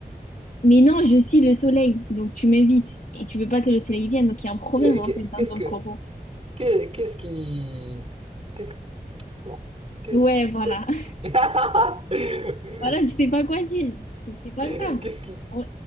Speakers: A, on the left; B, on the right.
A: Mais non, je suis le soleil, donc tu m'évites. Et tu veux pas que le soleil vienne, donc il y a un problème
B: Qu'est-
A: en
B: qu'est-
A: fait
B: Qu'est-ce
A: dans ton
B: que
A: propos.
B: qu'est- qu'est-ce qui qu'est-ce pour- qu'est-ce
A: Ouais, voilà.
B: que-
A: <laughs>
B: <laughs>
A: Voilà, tu sais pas quoi dire. C'est pas
B: qu'est-ce
A: grave.
B: qui
A: On-